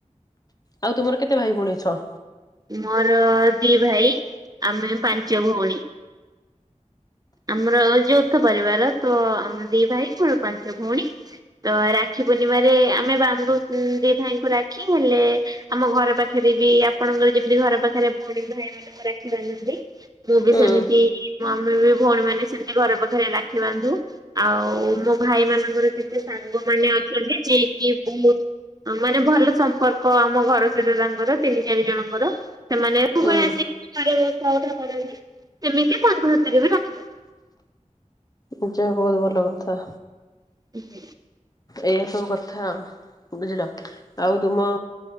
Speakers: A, on the left (about 30°); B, on the right (about 30°).
A: ଆଉ ତୁମର କେତେ ଭାଇ ଭଉଣୀ ଅଛ?
B: ମୋର ଦିଇ ଭାଇ ଆମେ ପାଞ୍ଚ ଭଉଣୀ। ଆମର ଯୌଥ ପରିବାର ତ ଆମ ଦି ଭାଇ ମୋର ପାଞ୍ଚ ଭଉଣୀ। ତ ରାକ୍ଷୀ ପୂର୍ଣ୍ଣିମାରେ ଆମେ ବାନ୍ଧୁ ଦି ଭାଇଙ୍କୁ ରାକ୍ଷୀ ହେଲେ ଆମ ଘର ପାଖରେ ବି ଆପଣଙ୍କର ଯେମିତି ଘର ପାଖରେ ଭଉଣୀ ଭାଇ ମାନଙ୍କୁ ରାଖି ବାନ୍ଧନ୍ତି ମୁଁ ବି
A: ହୁଁ
B: ସେମିତି ମମି ବି ଭଉଣୀ ମାନେ ସେମିତି ଘର ପାଖରେ ରାକ୍ଷୀ ବାନ୍ଧୁ। ଆଉ ମୋ ଭାଇ ମାନଙ୍କର କେତେ ସାଙ୍ଗ ମାନେ ଅଛନ୍ତି ଯକି ବହୁତ। ମାନେ ଭଲ ସମ୍ପର୍କ ଆମ ଘର ସହିତ ତାଙ୍କର ତିନି। ଚାରି ଜଣଙ୍କର ସେମାନେ ସବ
A: ହୁଁ
B: ଭଳି ଆସ। <unintelligible> ସେମିତି ତାଙ୍କ ହାତରେ ବି ରଖିବା।
A: ପୂଜା ବହୁତ ଭଲ କଥା।
B: ବାନ୍ଧି
A: ଏଇଆ ସବୁ କଥା ଆଉ। ବୁଝିଲ? ଆଉ ତୁମ